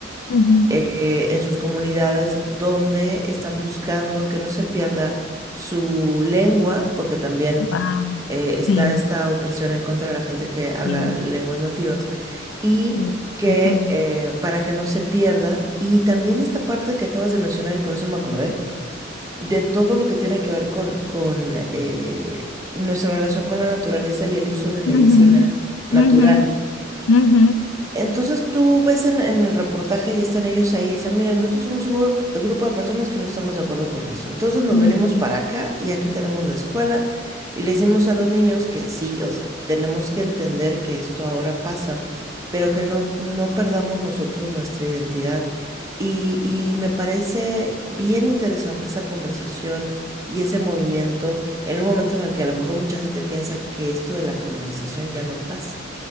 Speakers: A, on the left; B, on the right.
A: Ujú.
B: eh, en sus comunidades donde están buscando que no se pierda su lengua, porque también
A: Wow.
B: eh, está
A: Sí,
B: esta opresión en contra de la gente que habla
A: sí,
B: lenguas nativas y
A: sí,
B: que
A: exactamente.
B: eh, para que no se pierda, y también esta parte que acabas de mencionar y por eso me acordé, de todo lo que tiene que ver con, con eh, nuestra relación con la naturaleza y el uso de medicina
A: Ujú,
B: natural.
A: ujú, ujú.
B: Entonces tú ves en, en el reportaje y están ellos ahí y dicen, mira, nosotros somos un gru- grupo de personas que no estamos de acuerdo con eso. Entonces nos
A: ujú.
B: venimos para acá y aquí tenemos la escuela y le decimos a los niños que sí, o sea, tenemos que entender que esto ahora pasa, pero que no, no perdamos nosotros nuestra identidad. Y, y me parece bien interesante esa conversación y ese movimiento en un momento en el que a lo mejor mucha gente piensa que esto de la colonización ya no pasa.